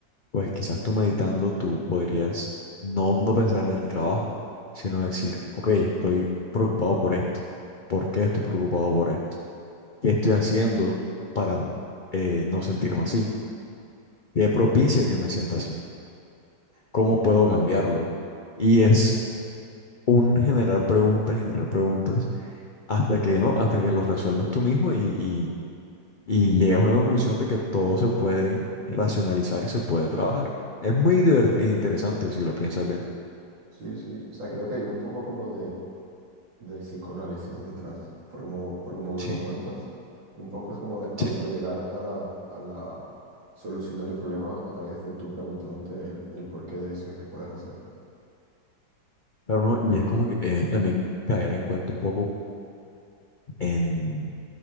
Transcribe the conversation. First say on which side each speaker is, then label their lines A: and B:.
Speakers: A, on the left (about 75°); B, on the right (about 80°).
A: pues quizás tú meditando tú podrías no, no pensar en el trabajo, sino decir, ok, estoy preocupado por esto, ¿por qué estoy preocupado por esto? ¿Qué estoy haciendo para eh, no sentirme así? ¿Qué propicia que me sienta así? ¿Cómo
B: ujú.
A: puedo cambiarlo? Y es un generar preguntas, generar preguntas, hasta que no, hasta que los resuelves tú mismo y, y, y llegas a una conclusión de que todo se puede racionalizar y se puede trabajar. Es muy divert- e interesante si lo piensas bien.
B: Sí, sí. O sea, creo que hay un poco como de de psicoanálisis detrás, por como, por como me
A: Sí,
B: lo cuentas, un poco es como de auto
A: sí.
B: llegar a la, a la solución de tu problema a través de tú preguntándote el, el porqué de eso y qué puedes hacer.
A: Claro, no, y es como que eh, también caer en cuenta un poco en